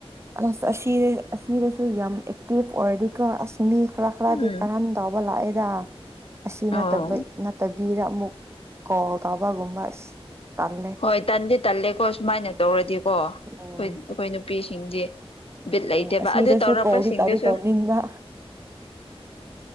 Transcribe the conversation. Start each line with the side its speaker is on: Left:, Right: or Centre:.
Right: ꯑꯁ ꯑꯁꯤ ꯑꯁꯤꯗꯁꯨ ꯌꯥꯝ ꯑꯦꯛꯇꯤꯚ ꯑꯣꯏꯔꯗꯤꯀꯣ ꯑꯁ ꯃꯤ ꯈꯔ ꯈꯔꯗꯤ
Left: ꯎꯝ
Right: ꯀꯔꯟ ꯇꯧꯕ ꯂꯥꯛꯑꯦꯗꯥ ꯑꯁꯤ
Left: ꯑꯣ
Right: ꯅꯠꯇꯕꯩ ꯅꯠꯇ ꯕꯤꯗ ꯑꯃꯨꯛ ꯀꯣꯜ ꯇꯧꯕꯒꯨꯝꯕ ꯑꯁ ꯇꯜꯂꯦ
Left: ꯍꯣꯏ ꯇꯟꯗꯤ ꯇꯜꯂꯦꯀꯣ ꯁꯨꯃꯥꯏꯅ ꯇꯧꯔꯗꯤꯀꯣ ꯑꯩꯈꯣꯏ
Right: ꯎꯝ
Left: ꯑꯩꯈꯣꯏ ꯅꯨꯄꯤꯁꯤꯡꯗꯤ ꯕꯤꯠ ꯂꯩꯇꯦꯕ
Right: ꯎꯝ ꯑꯁꯤꯗꯁꯨ
Left: ꯑꯗꯨ ꯇꯧꯔꯛꯄꯁꯤꯡꯗꯨꯁꯨ
Right: ꯀꯣꯜꯗꯤ ꯇꯧꯗꯤ ꯇꯧꯅꯤꯡꯕ